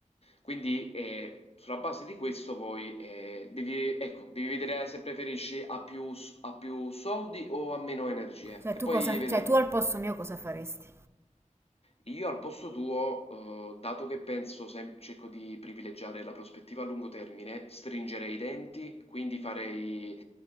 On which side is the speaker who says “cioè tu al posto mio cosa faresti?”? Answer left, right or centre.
Right